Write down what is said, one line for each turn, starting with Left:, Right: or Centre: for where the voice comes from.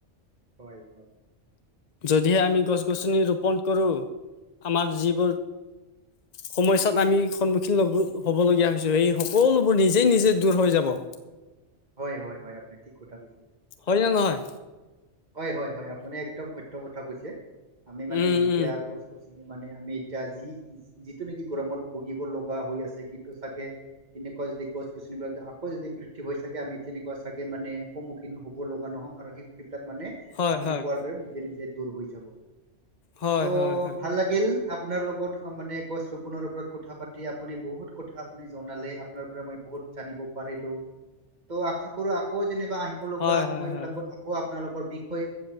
Right: হয় হয়
Left: যদিহে আমি গছ গছনি ৰোপন কৰো। আমাৰ যিবোৰ সময়য়োৱাত আমি সন্মুখীন লো হবলগীয়া হৈছে সেই সকলোবোৰ নিজে নিজে দূৰ হৈ যাব। <inaudible>
Right: হয় হয় হয় আপুনি ঠিক কথা কৈছে।
Left: হয়নে নহয়
Right: হয় হয় হয় আপুনি একদম সত্য কথা কৈছে আমি মানে
Left: উম
Right: যেতিয়া
Left: উম
Right: গছ গছ- মানে আমি এতিয়া যি যিটো নেকি গৰমত ভুগিব লগা হৈ আছে কিন্তু চাগে- তেনেকুৱা যদি গছ গছনিবিলাক আকৌ যদি বৃদ্ধি হৈ চাগে আমি তেনেকুৱা চাগে মানে সন্মুখীন হ'ব লগা নহ'ম আৰ সেবিলাক মানে
Left: হয়
Right: আপুনি
Left: হয়
Right: কোৱাৰ দৰে নিজে নিজে দূৰ হৈ যাব
Left: হয়
Right: ত'
Left: হয় হয়
Right: ভাল লাগিল। আপোনাৰ লগত অ মানে গছ ৰোপনৰ ওপৰত কথা পাতি আপুনি বহুত কথা আপুনি জনালে আপোনাৰ পৰা মই বহুত জানিব পাৰিলো ত আশা কৰো আকৌ যেনিবা আহিব লগা
Left: হয় হয়
Right: সময়
Left: হয়
Right: বিলাকত আকৌ আপোনালোক বিষয়